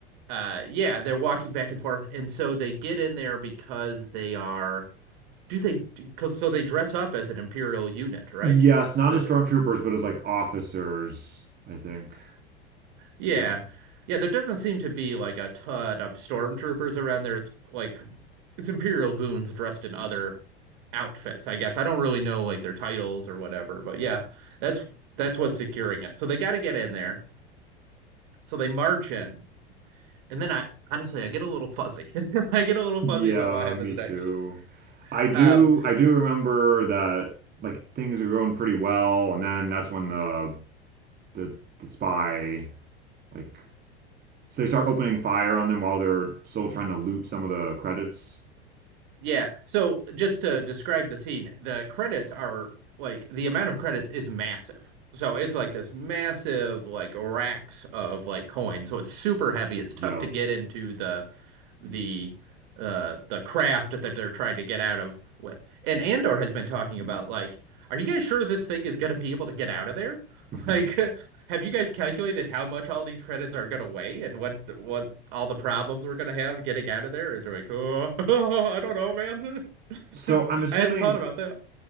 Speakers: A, on the right; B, on the right.
A: uh yeah, they're walking back and forth and so they get in there because they are do they cuz so they dress up as an imperial unit, right?
B: Yes, not
A: That's
B: as stormtroopers, but as like officers, I think.
A: Yeah.
B: Yeah.
A: Yeah, there doesn't seem to be like a ton of stormtroopers around there. It's like it's Imperial goons dressed in other outfits, I guess. I don't really know like their titles or whatever, but yeah, that's that's what's securing it. So they got to get in there. So they march in. And then I honestly I get a little fuzzy. <laughs> I get a little
B: Yeah,
A: fuzzy about what happens
B: me
A: next.
B: too. I do
A: Um
B: I do remember that like things are going pretty well, and then that's when the the the spy like so they start opening fire on them while they're still trying to loot some of the credits.
A: Yeah. So just to describe the scene, the credits are like the amount of credits is massive. So it's like this massive like racks of like coins. So it's super heavy. It's
B: Yep.
A: tough to get into the the uh the craft that they're trying to get out of with. And Andor has been talking about like, are you guys sure this thing is going to be able to get out of there? <laughs>
B: <laughs>
A: Like have you guys calculated how much all these credits are gonna weigh and what what all the problems we're gonna have getting out of there? Or they're like, oh, <laughs> I don't know, man.
B: So
A: <laughs>
B: I'm assuming
A: I hadn't thought about that.